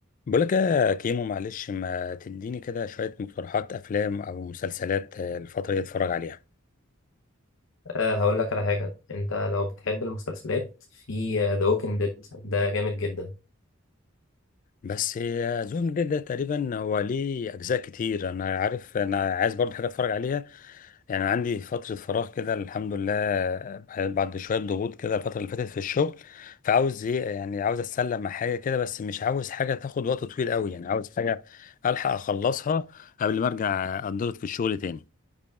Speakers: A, on the left; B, on the left.
A: بقولك يا كيمو معلش ما تديني كده شوية مقترحات أفلام أو مسلسلات آه، الفترة دي أتفرج عليها
B: أه هقول لك على حاجة أنت لو بتحب المسلسلات في ذا ووكينج ديد ده جامد جدا
A: بس آه، زون جديد ده تقريبا هو ليه أجزاء كتير أنا عارف أنا عايز برضه حاجة أتفرج عليها يعني عندي فترة فراغ كده الحمد لله آه، بعد شوية ضغوط كده الفترة اللي فاتت في الشغل فعاوز إيه يعني عاوز أتسلى مع حاجة كده بس مش عاوز حاجة تاخد وقت طويل قوي يعني عاوز حاجة ألحق أخلصها قبل ما أرجع أتضغط في الشغل تاني